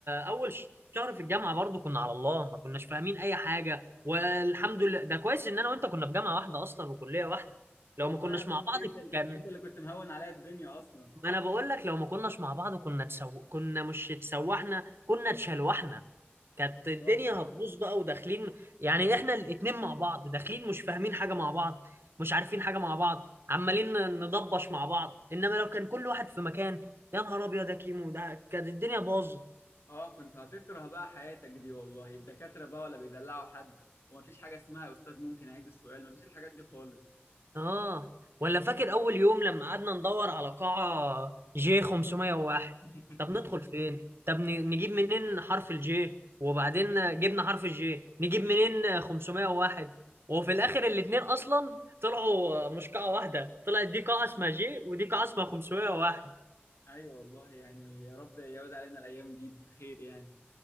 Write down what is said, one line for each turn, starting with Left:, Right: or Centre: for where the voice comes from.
Right: اول شهر في الجامعه برضو كنا على الله ما كناش فاهمين اي حاجه والحمد لله ده كويس ان انا وانت كنا في جامعه واحده اصلا وكليه واحده
Left: والله
Right: لو ما كناش
Left: يا صاحبي
Right: مع بعض
Left: انت ال-
Right: كان
Left: انت اللي كنت مهون عليا الدنيا اصلا
Right: ما انا بقول لك لو ما كناش مع بعض كنا تسو... كنا مش اتسوحنا كنا اتشلوحنا كانت الدنيا
Left: بالظبط
Right: هتبوظ بقى وداخلين يعني احنا الاتنين مع بعض داخلين مش فاهمين حاجه مع بعض مش عارفين حاجه مع بعض عمالين ندبش مع بعض انما لو كان كل واحد في مكان يا نهار ابيض يا كيمو ده كانت الدنيا باظت
Left: اه كنت هتكره بقى حياتك دي والله الدكاترة بقى ولا بيدلعوا حد ومفيش حاجة اسمها يا أستاذ ممكن أعيد السؤال مفيش الحاجات دي خالص
Right: اه ولا فاكر اول يوم لما قعدنا ندور على قاعة جي 501
Left: <laughs>
Right: طب ندخل فين طب ن- نجيب منين حرف الجي وبعدين جبنا حرف الجي نجيب منين 501 وفي الاخر الاتنين اصلا طلعوا مش قاعة واحدة طلعت دي قاعة اسمها جي ودي قاعة اسمها 501
Left: أيوة والله يعني يا رب يعود علينا الأيام دي بخير يعني